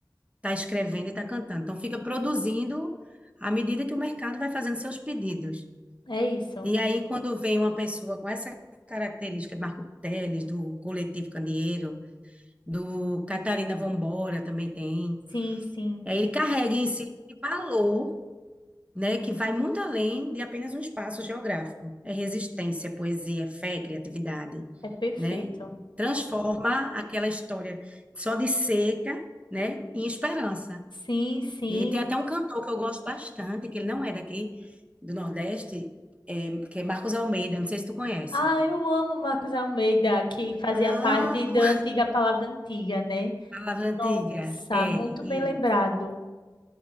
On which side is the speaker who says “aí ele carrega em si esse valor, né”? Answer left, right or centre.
Right